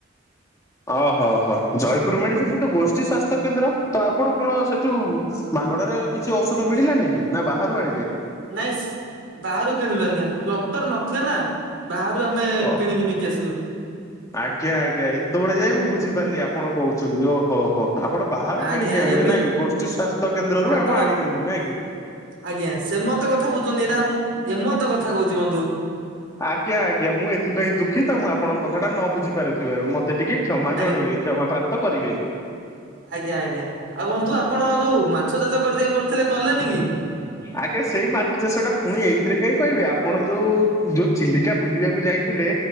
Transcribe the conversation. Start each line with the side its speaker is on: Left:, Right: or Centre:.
Left: ଅହ ହ ଜୟପୁର ମେଡ଼ିସିନ୍ ସେତ ଗୋଷ୍ଠୀ ସ୍ୱାସ୍ଥ୍ୟ କେନ୍ଦ୍ର ତ ଆପଣ କଣ ସେଠୁ ମାଗଣାରେ କିଛି ଔଷଧ ମିଳିଲାନି କି? ନା ବାହାରୁ ଆଣିଲେ?
Right: ନାଇଁ ସି ବାହାରୁ କିଣିଲୁ ଆଜ୍ଞା ଡକ୍ଟର ନଥିଲେ ନା ବାହାରୁ ଆମେ
Left: ଓ
Right: କିଣିକି ନେଇ <unintelligible>
Left: ଆଜ୍ଞା ଆଜ୍ଞା ଏତେବେଳେ ଯାଇଏ ମୁଁ ବୁଝିପାରିଲି ଆପଣ କହୁଛନ୍ତି ଯୋଉ ଓହୋ ହୋ। ଆପଣ ବାହାରୁ
Right: ଆଜ୍ଞା
Left: କିଣିକି ଆଣିଲେ
Right: ଏମି
Left: ନାଇଁ କି ଗୋଷ୍ଠୀ ସ୍ଵାସ୍ଥ୍ୟ କେନ୍ଦ୍ରରୁ
Right: ଆପଣ
Left: ଆମ ଆଣିଲେନି ନାଇଁ କି?
Right: ଆଜ୍ଞା ସେମତେ କଥା କହୁଛନ୍ତି ଏଇଟା ମୁଁ ଏମତ କଥା କହୁଛି ବନ୍ଧୁ।
Left: ଆଜ୍ଞା ଆଜ୍ଞା ମୁଁ ଏଥିପାଇଁ ଦୁଃଖିତ ତ ମୁଁ ଆପଣଙ୍କ କଥାଟା ନ ବୁଝି ପାରୁଥିବାରୁ ମ ସେ ଟିକେ କ୍ଷମା
Right: ଆଜ୍ଞା
Left: ଜଣେଇବେ କ୍ଷମା ପ୍ରାପ୍ତ କରିବେ।
Right: ଆଜ୍ଞା ଆଜ୍ଞା ଆଉ ବନ୍ଧୁ ଆପଣ ଯୋଉ ମାଛ ଚାଷ କରି <unintelligible> କରିଥିଲେ କଲେନି କି?
Left: ଆଜ୍ଞା ସେଇ ମାଛ ଚାଷ ଟା ପୁଣି ଏଇଥିରେ କାଇଁ କହିବେ ଆପଣ ଯୋଉ ଯୋଉ ଚିଲିକା ବୁଲିବାକୁ ଯାଇଥିଲେ